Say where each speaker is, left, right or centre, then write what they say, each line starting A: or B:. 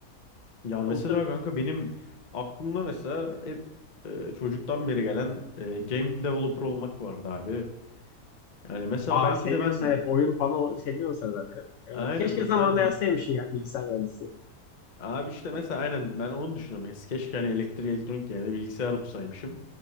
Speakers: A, on the left; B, on the left.
A: Ya mesela
B: oturup
A: kanka benim aklımda mesela hep e, çocuktan beri gelen e, game developer olmak vardı abi. Yani mesela
B: aa
A: belki
B: seviyorsa
A: de ben
B: evet oyun falan seviyorsa zaten. Evet
A: aynen
B: keşke
A: mesela
B: zamanında yazsaymışsın ya bilgisayar mühendisi.
A: abi işte mesela aynen ben onu düşünüyorum. Ya Keşke hani elektrik elektronik yerine bilgisayar okusaymışım.